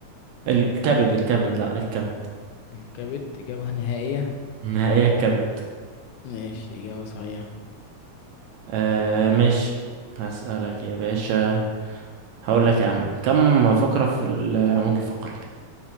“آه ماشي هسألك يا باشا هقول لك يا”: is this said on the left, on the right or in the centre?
Right